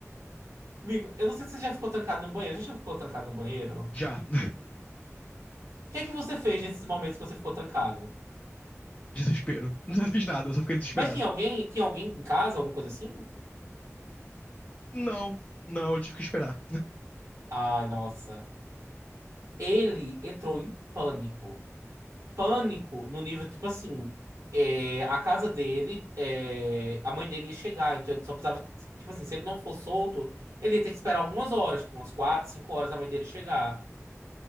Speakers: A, on the right (about 90°); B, on the left (about 25°).
A: Amigo, eu não sei se você já ficou trancado num banheiro. Já ficou trancado num banheiro?
B: Já. <laughs>
A: que é que você fez nesses momentos que você ficou trancado?
B: Desespero. Não fiz nada, só fiquei desesperado.
A: Mas tinha alguém, tinha alguém em casa, alguma coisa assim?
B: Não, não, eu tive que esperar.
A: Ai, nossa. Ele entrou em pânico. Pânico no nível, tipo assim, é, a casa dele, é, a mãe dele ia chegar, então ele só precisava, tipo assim, se ele não for solto, ele ia ter que esperar algumas horas, tipo, umas quatro, cinco horas a mãe dele chegar.